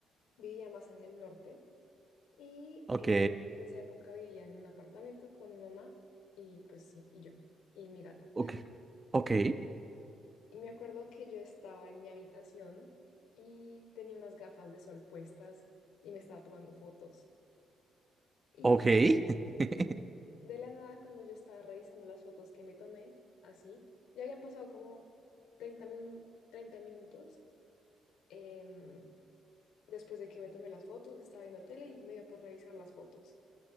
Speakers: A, on the left; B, on the right.
A: vivía más en el norte y
B: Ok,
A: eh, en esa época vivía en un apartamento con mi mamá y pues sí, y yo y mi gata.
B: ok, ok,
A: Y me acuerdo que yo estaba en mi habitación y tenía unas gafas de sol puestas y me estaba tomando fotos. Y
B: ok. <laughs>
A: de la nada, cuando yo estaba revisando las fotos que me tomé, así, ya habían pasado como treinta min- 30 minutos. em, después de que me tomé las fotos, estaba viendo tele y me dio por revisar las fotos.